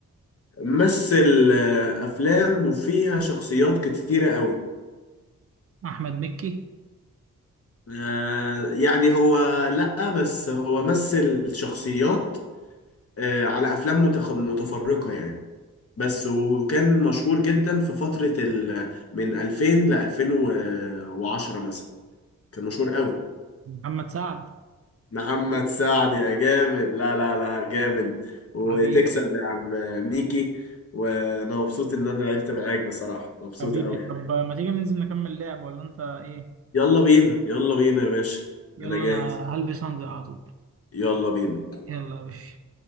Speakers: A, on the left; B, on the right.
A: مثل آه افلام وفيها شخصيات كتيرة قوي
B: احمد مكي
A: آه، يعني هو لأ بس هو مثل شخصيات آه، على أفلام متخ- متفرقة يعني بس وكان مشهور جدا في فترة ال من 2000 ل 2010 مثلا كان مشهور قوي
B: محمد سعد
A: محمد سعد يا جامد لا لا لا جامد وتكسب
B: حبيبي
A: يا عم ميكي وأنا مبسوط إن أنا لعبت معاك بصراحة مبسوط
B: حبيبي
A: قوي
B: طب
A: يعني
B: ما تيجي ننزل نكمل لعب ولا انت ايه
A: يلا بينا يلا بينا يا باشا
B: يلا
A: أنا جاهز
B: انا هلبس وانزل على طول
A: يلا بينا
B: يلا يا باشا